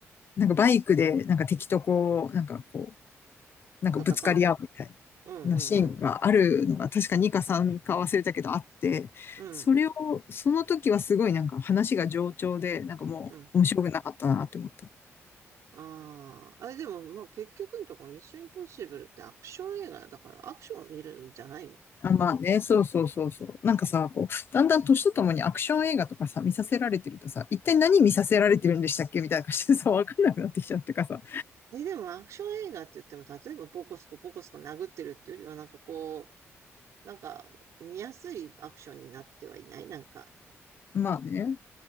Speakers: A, on the left (about 45°); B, on the right (about 75°).
A: なんかバイクでなんか敵とこう、なんかこうなんかぶつかり合うみたいな。
B: 戦う。うん、うん、
A: シーンがあるのが、
B: うん、
A: 確か2か3か忘れたけどあって、
B: うん、
A: それを、その時はすごいなんか話が冗長で、なんかもう面白くなかったなって思った。
B: うん。ああ、あれでも、まあ結局のところミッションインポッシブルってアクション映画だからアクションを見るんじゃないの
A: あ、まあね、そうそうそうそう。なんかさ、こう、だんだん年とともにアクション映画とかさ、見させられてるとさ、一体何見させられてるんでしたっけみたいな感じでさ、わかんなくなってきちゃうってかさ。
B: え、でもアクション映画って言っても、例えばボコスコボコスコ殴ってるっていうよりは、なんかこなんか、見やすいアクションになってはいない、なんか。
A: まあね。